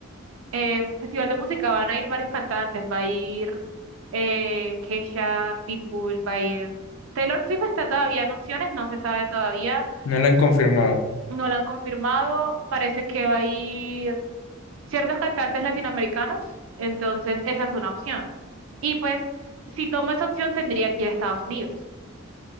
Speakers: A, on the right (about 70°); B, on the left (about 75°).
A: eh, festival de música van a ir varios cantantes, va a ir eh, Kesha, Pitbull, va a ir Taylor Swift está todavía en opciones, no se sabe todavía,
B: No lo han confirmado.
A: no la han confirmado, parece que va a ir ciertos cantantes latinoamericanos, entonces esa es una opción. Y pues si tomo esa opción tendría que ir a Estados Unidos.